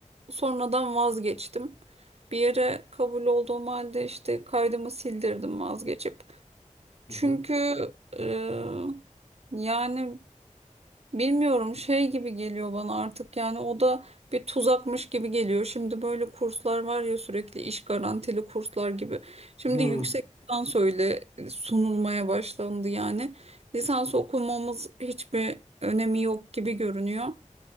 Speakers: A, on the right (about 55°); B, on the left (about 60°).
A: sonradan vazgeçtim. Bir yere kabul olduğum halde işte kaydımı sildirdim vazgeçip.
B: Hı
A: Çünkü
B: hı.
A: e, yani Bilmiyorum şey gibi geliyor bana artık yani o da bir tuzakmış gibi geliyor. Şimdi böyle kurslar var ya sürekli iş garantili kurslar gibi. Şimdi
B: Hı.
A: yüksek lisans öyle sunulmaya başlandı yani. Lisans okumamız hiçbir önemi yok gibi görünüyor.